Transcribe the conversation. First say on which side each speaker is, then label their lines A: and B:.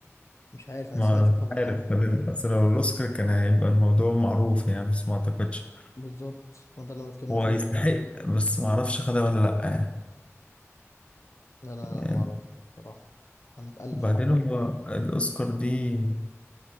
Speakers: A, on the left; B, on the left.
A: مش عارف أنا
B: ما
A: سمعت
B: أنا مش
A: الخبر
B: عارف
A: ده
B: بدل الأسرة والأوسكار كان هيبقى الموضوع معروف يعني بس ما أعتقدش
A: بالظبط هو ده اللي بتكلم
B: هو
A: فيه
B: يستحق بس ما اعرفش خدها ولا لا يعني
A: لا لا
B: يعني
A: لا معرفش بصراحة أنا اتقل
B: وبعدين هو الاوسكار دي